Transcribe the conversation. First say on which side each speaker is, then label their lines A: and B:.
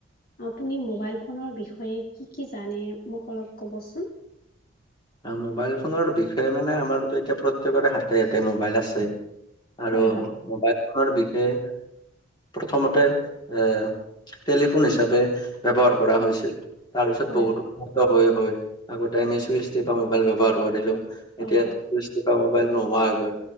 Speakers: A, on the left (about 45°); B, on the left (about 20°).
A: আপুনি মোবাইল ফোনৰ বিষয়ে কি কি জানে মোক অলপ ক'বচোন?
B: মোবাইল ফোনৰ বিষয়ে মানে আমাৰতো এতিয়া প্ৰত্যেকৰে হাতে-হাতে মোবাইল আছে। আৰু
A: হয়, হয়।
B: মোবাইল ফোনৰ বিষয়ে প্ৰথমতে এ টেলিফোন হিচাপে ব্যৱহাৰ কৰা
A: হয়,
B: হৈছিল। তাৰপিছত
A: হয়,
B: বহুতো
A: হয়,
B: উন্নত হয়-হয় আগতে আমি চুইচ চুইছটিপা মোবাইল ব্যৱহাৰ কৰিলোঁ,
A: হয়,
B: এতিয়া
A: হয়।
B: চুইছটিপা মোবাইল নোহোৱা হৈ গ'ল।